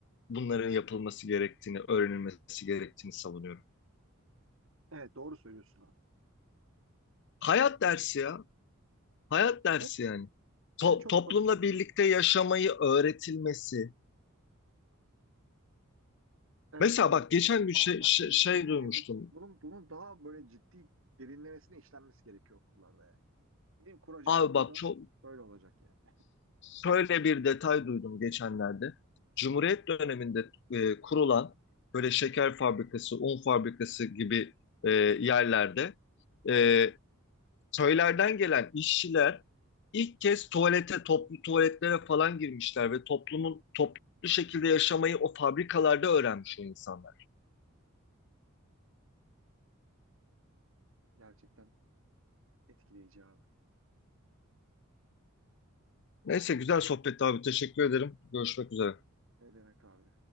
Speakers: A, on the left; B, on the right.
A: bunların yapılması gerektiğini, öğrenilmesi gerektiğini savunuyorum.
B: Evet, doğru söylüyorsun abi.
A: Hayat dersi ya. Hayat dersi
B: Evet,
A: yani.
B: evet,
A: To-
B: çok
A: toplumla
B: basit.
A: birlikte yaşamayı öğretilmesi,
B: Evet,
A: Mesela
B: evet.
A: bak
B: Ya
A: geçen gün
B: ahlak
A: şey, şey,
B: nedir,
A: şey
B: etik
A: duymuştum.
B: nedir? Bunun, bunun daha böyle ciddi derinlemesine işlenmesi gerekiyor okullarda yani. Benim kuracağım
A: Abi
B: okulda
A: bak çok
B: böyle olacak yani.
A: şöyle bir detay duydum geçenlerde. Cumhuriyet döneminde e, kurulan böyle şeker fabrikası, un fabrikası gibi e, yerlerde
B: Hı hı.
A: e, köylerden gelen işçiler ilk kez tuvalete, toplu tuvaletlere falan girmişler ve toplumun toplu şekilde yaşamayı o fabrikalarda öğrenmiş o insanlar.
B: Gerçekten etkileyici abi.
A: Neyse güzel sohbetti abi. Teşekkür ederim. Görüşmek üzere.
B: Ne demek abi?